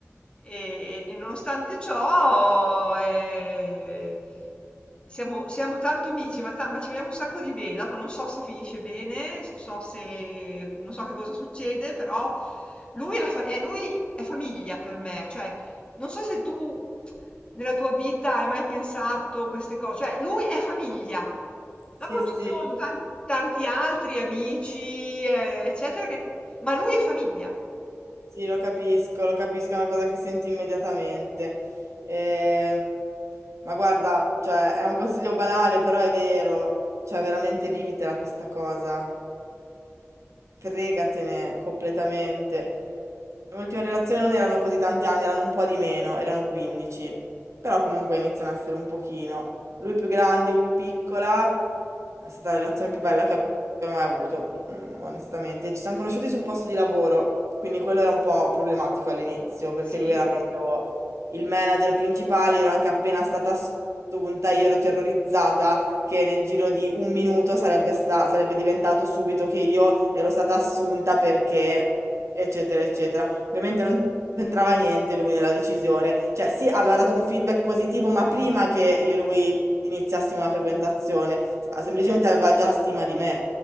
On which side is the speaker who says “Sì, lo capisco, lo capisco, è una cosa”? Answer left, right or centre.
Right